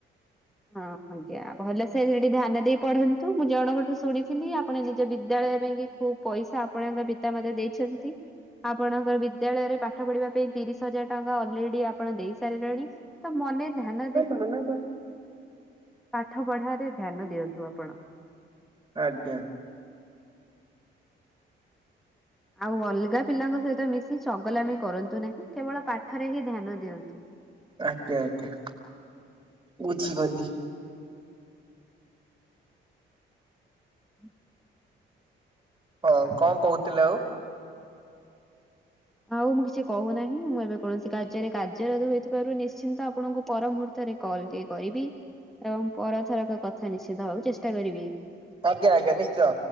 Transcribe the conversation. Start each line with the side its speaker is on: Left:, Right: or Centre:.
Centre: ହଁ ଆଜ୍ଞା ଭଲ ସେ ସେଠି ଧ୍ୟାନ ଦେଇ ପଢନ୍ତୁ। ମୁଁ ଜଣଙ୍କଠୁ ଶୁଣିଥିଲି ଆପଣ ନିଜ ବିଦ୍ୟାଳୟ ପାଇଁ ହୋ ପଇସା ଆପଣଙ୍କ ପିତାମାତା ଦେଇଛନ୍ତି। ଆପଣଙ୍କର ବିଦ୍ୟାଳୟରେ ପାଠ ପଢିବା ପାଇଁ ତିରିଶ ହଜାର ଟଙ୍କା ଅଲରେଡି ଆପଣ ଦେଇ ସାରିଲେଣି ତ ମନେ ଧ୍ୟାନ ଦେ
Right: ମାନଙ୍କୁ
Centre: ପାଠ ପଢାରେ ଧ୍ୟାନ ଦିଅନ୍ତୁ ଆପଣ।
Right: ଆଜ୍ଞା।
Centre: ଆଉ ଅଲଗା ପିଲାଙ୍କ ସହିତ ମିଶି ଚଗଲାମି କରନ୍ତୁ ନାହିଁ। କେବଳ ପାଠରେ ହିଁ ଧ୍ୟାନ ଦିଅନ୍ତୁ।
Right: ଆଜ୍ଞା ଆଜ୍ଞା ବୁଝି ଗଲି।
Centre: ହୁଁ।
Right: ହଁ କଣ କହୁଥିଲେ ଆଉ?
Centre: ଆଉ ମୁଁ କିଛି କହୁନାହିଁ ମୁଁ ଏବେ କୌଣସି କାର୍ଯ୍ୟରେ କାର୍ଯ୍ୟରତ ହେଇଥିବାରୁ ନିଶ୍ଚିନ୍ତ ଆପଣଙ୍କ ପର ମୁହୂର୍ତ୍ତରେ କଲ ଟିକେ କରିବି ଏବଂ ପରଥରକ କଥା ନିଷେଧବାକୁ ଚେଷ୍ଟା କରିବି।
Right: ଆଜ୍ଞା ଆଜ୍ଞା ନିଶ୍ଚୟ।